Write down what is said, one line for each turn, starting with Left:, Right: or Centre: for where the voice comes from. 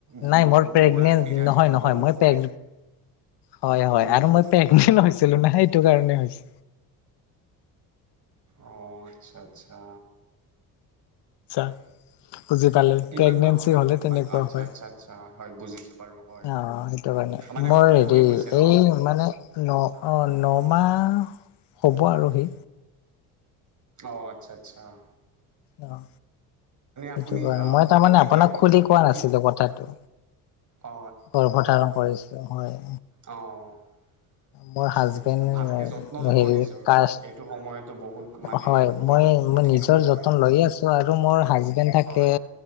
Right: ঘু
Left: নাই মোৰ প্ৰেগনেন্ট
Right: ঘূৰা ফিৰা
Left: নহয়
Right: যদি
Left: নহয়
Right: কম
Left: মই
Right: হয়।
Left: প্ৰেগ হয় হয়
Right: হুম
Left: আৰু
Right: হুম
Left: মই প্ৰেগনেণ্ট হৈছিলো না সেইটো কাৰণে হৈছে।
Right: অ আচ্ছা আচ্ছা।
Left: <inaudible> বুজি পালে
Right: কিমান
Left: প্ৰেগনেঞ্চি
Right: মাহ হ'ল
Left: হ'লে
Right: আপোন
Left: তেনেকুৱা
Right: আচ্ছা
Left: হয়
Right: আচ্ছা আচ্ছা হয় বুজিছোঁ বাৰু হয়
Left: আহ।
Right: হয়
Left: সেইটো কাৰণে
Right: মানে
Left: মোৰ
Right: হয়তো
Left: হেৰি
Right: হৈ গৈছে ন
Left: এই মানে। ন অ নমাহ হ'ব আৰু সি।
Right: অ আচ্ছা আচ্ছা অ।
Left: অ'
Right: আপুনি
Left: সেইটো কাৰণে
Right: আহ
Left: মই তাৰমানে
Right: মানে কি
Left: আপোনাক
Right: এতিয়া গৰ্ভ
Left: খুলি কোৱা
Right: এতিয়া
Left: নাছিলো কথাটো।
Right: অ
Left: গৰ্ভতাৰণ কৰিছো হয়।
Right: অঁ'
Left: মোৰ
Right: আচ্ছা
Left: হাজবেণ্ড
Right: আচ্ছা ভালকে যত্ন লব
Left: হেৰি
Right: নিজৰ
Left: কাষ্ট
Right: এইটো সময়তো বহুত মানে
Left: হয়
Right: ক
Left: মই মই
Right: কঠিন
Left: নিজৰ
Right: সময়
Left: যতন লৈয়ে আছো আৰু মোৰ হাজবেণ্ড থাকে
Right: হয়